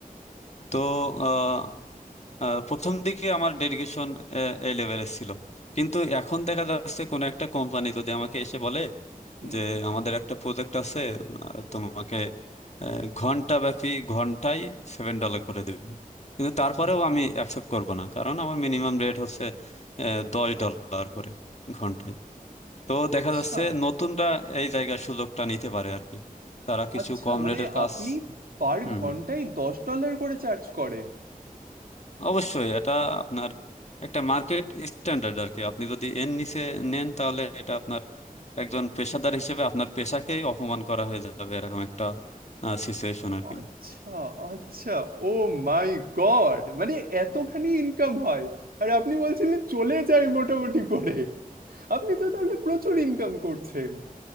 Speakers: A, on the left; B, on the right.
A: তো আহ, আহ, প্রথম দিকে আমার ডেডিকেশন এই লেভেলের ছিল কিন্তু এখন দেখা যাচ্ছে কোনো একটা কোম্পানি যদি আমাকে এসে বলে
B: হুম
A: যে আমাদের একটা প্রজেক্ট আছে আহ, তোমাকে ঘন্টা ব্যাপী ঘন্টায় সেভেন ডলার করে দেবে কিন্তু তারপরেও
B: হুম,
A: আমি অ্যাকসেপ্ট করব না কারণ আমার মিনিমাম রেট হচ্ছে আহ, দশ ডলার করে ঘন্টায় তো
B: আচ্ছা
A: দেখা যাচ্ছে নতুনরা এই জায়গার সুযোগটা নিতে পারে আর কি তারা কিছু
B: আচ্ছা
A: কম
B: মানে
A: রেটের কাজ
B: আপনি পার
A: হুম
B: ঘন্টায়
A: হুম
B: দশ ডলার করে চার্জ করেন
A: অবশ্যই এটা আপনার একটা মার্কেট স্ট্যান্ডার্ড আর কি আপনি যদি এর নিচে নেন তাহলে এটা আপনার একজন পেশাদার হিসেবে আপনার পেশাকেই অপমান করা হয়ে যাবে এরকম একটা সিচুয়েশন আর কি
B: আচ্ছা আচ্ছা ও মাই গড মানে এতখানি ইনকাম হয় আর আপনি বলছিলেন চলে যায় মোটামুটি করে আপনি তো তাহলে প্রচুর ইনকাম করছেন